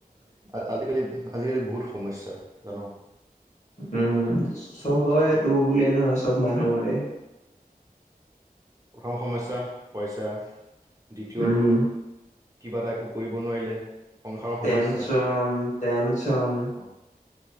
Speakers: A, on the right; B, on the left.
A: আ-আজিকালি আজিকালি বহুত সমস্যা জান'।
B: উম, চবৰে তোৰ বুলিয়ে নহয় চব মানুহৰে।
A: প্ৰথম সমস্যা পইচা। দ্বিতীয়টো
B: উম
A: কিবা এটা একো কৰিব নোৱাৰিলে। সংসাৰৰ
B: টেনচন,
A: সমস্যা
B: টেনচন।
A: অ